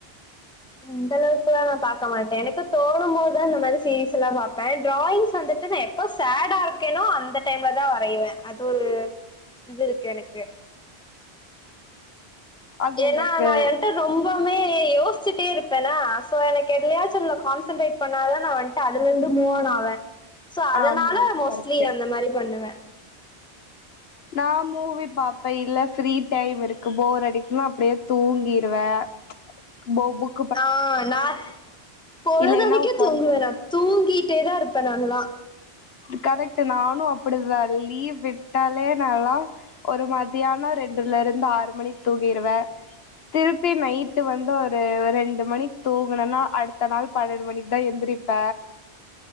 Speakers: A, in the centre; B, on the left (about 65°).
A: இந்தளவுக்குலா நா பாக்க மாட்டே எனக்கு தோனும்போதுதா இந்த மாரி சீஸ்ல்லா பாப்பே டிராயி்ஸ் வந்துட்டு நா இப்ப சேடா இருக்கேனோ அந்த டைம்ல தா வரையுவ அது ஒரு இது இருக்கு எனக்கு
B: அது
A: ஏனா
B: உங்களுக்கு
A: நா எண்டர் ரொம்பமே யோசிச்சுட்டே இருப்பேனா சோ எனக்கு எதிலயாச்சு கான்சென்ட்ரேட் பண்ண து நா வந்து அதுல இந்து மூவணாவே சோ அதனால
B: ஆமா
A: மோஸ்ட்லி
B: கரெக்ட்டு
A: அந்த மாரி பண்ணுவ
B: நா மூவி பாப்பே இல்ல ஃப்ரீ டைம் இருக்கு போர் அடிக்கும்அப்டியே தூங்கிடுவே போ புக்
A: ஆ நா பொழுதனைக்கு
B: இல்லைன்னா உக்காந்து
A: தூங்குவ நா தூங்கிட்டே தா இருப்பே நல்லா
B: கரெக்ட் நானும் அப்டிதா லீவு விட்டாலே நல்லா ஒரு மத்தியானோ ரெண்டுல இருந்து ஆறு மணிக் தூக்கிருவே திருப்பி நைட்டு வந்து ஒரு ரெண் ண்டு மணிக் தூங்குனனா அடுத்த நாள் பன்னெண்டு மணிக்கு தா எந்திரிப்ப